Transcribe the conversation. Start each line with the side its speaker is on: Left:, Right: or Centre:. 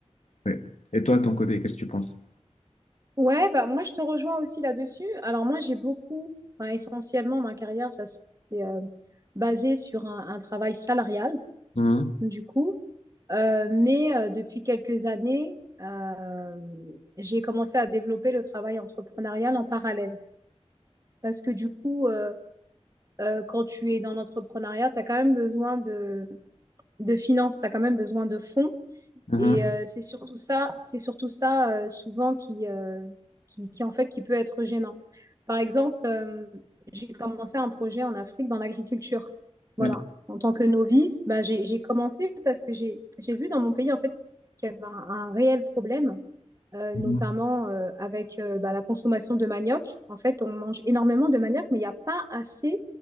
Left: Ouais. Et toi, de ton côté, qu'est-ce que tu penses?
Right: Ouais, bah moi je te rejoins aussi là-dessus. Alors moi j'ai beaucoup, enfin, essentiellement ma carrière, ça s'est euh, basé sur un un travail salarial
Left: Mhm,
Right: du coup. Euh, mais euh, depuis quelques années, euh, j'ai commencé à développer le travail entrepreneurial en parallèle. Parce que du coup, euh, euh, quand tu es dans l'entrepreneuriat, tu as quand même besoin de, de finances, tu as quand même besoin de fonds.
Left: mhm.
Right: Et euh, c'est surtout ça, c'est surtout ça euh, souvent qui, euh, qui, qui, en fait, qui peut être gênant. Par exemple, euh, j'ai commencé un projet en Afrique dans l'agriculture. Voilà.
Left: Ok.
Right: En tant que novice, bah, j'ai, j'ai commencé parce que j'ai, j'ai vu dans mon pays en fait qu'il y avait un, un réel problème, euh,
Left: Mhm.
Right: notamment euh, avec euh, bah, la consommation de manioc. En fait, on mange énormément de manioc, mais il n'y a pas assez